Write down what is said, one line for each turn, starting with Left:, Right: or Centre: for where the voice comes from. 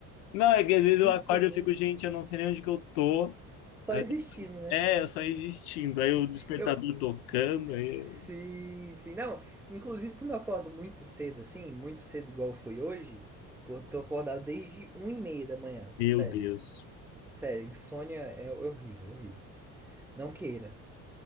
Left: Não, é que às vezes
Centre: muito
Left: eu acordo
Centre: bom.
Left: e eu fico, gente, eu não sei nem onde que eu tô.
Centre: Só
Left: Aí
Centre: existindo,
Left: eu, tô-
Centre: né?
Left: é, eu só existindo. Aí o despertador
Centre: Eu,
Left: tocando,
Centre: Sim,
Left: aí eu-
Centre: sim. Não, inclusive quando eu acordo muito cedo, assim, muito cedo igual foi hoje, eu tô acordado desde 1 e meia da manhã.
Left: meu
Centre: Sério.
Left: Deus.
Centre: Sério, insônia é horrível, horrível. Não queira.